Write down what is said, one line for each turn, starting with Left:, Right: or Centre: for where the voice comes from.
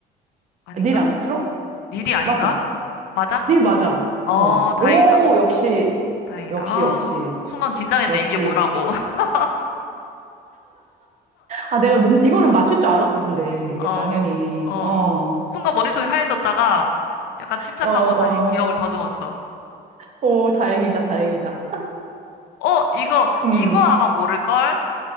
Left: 아닌가?
Right: 아, 닐 암스트롱?
Left: 니디 아닌가?
Right: 맞아.
Left: 맞아?
Right: 닐 맞아.
Left: 어,
Right: 어.
Left: 다행이다.
Right: 오, 역시,
Left: 다행이다.
Right: 역시,
Left: 아,
Right: 역시.
Left: 순간 긴장했네.
Right: 역시.
Left: 이게 뭐라고. <laughs>
Right: 아, 내가 몸, 이거는 맞출 줄 알았어, 근데.
Left: 어,
Right: 이게 당연히.
Left: 어.
Right: 어,
Left: 순간 머릿속이 하얘졌다가 약간 침착하고
Right: 어, 어.
Left: 다시 기억을 더듬었어.
Right: 오, 다행이다, 다행이다.
Left: 어, 이거,
Right: 음.
Left: 이거 아마 모를걸?